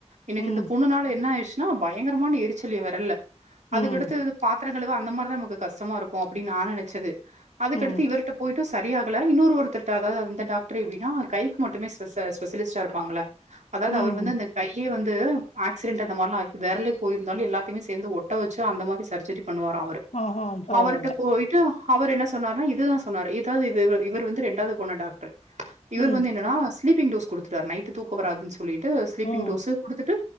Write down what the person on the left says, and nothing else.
ம்
ம்
ம்
ம்
ஆ ஆ பரவால்ல
ம்
ம்